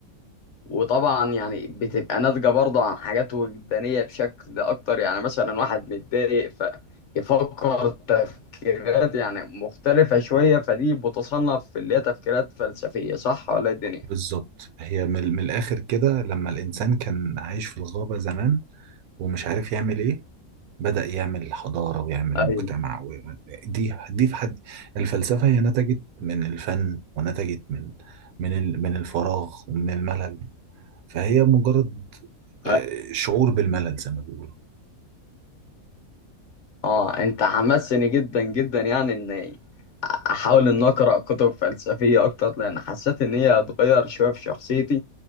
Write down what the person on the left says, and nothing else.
وطبعا يعني بتبقى ناتجة برضه عن حاجات وجدانية بشكل أكتر يعني مثلا واحد متضايق فيفكر تفكيرات يعني مختلفة شوية فدي بتصنف في اللي هي تفكيرات فلسفية صح ولا إيه الدنيا؟
ايوه
أيوة.
اه انت حمسني جدا جدا يعني ان احاول ان اقرا كتب فلسفيه اكتر لان حسيت ان هي هتغير شويه في شخصيتي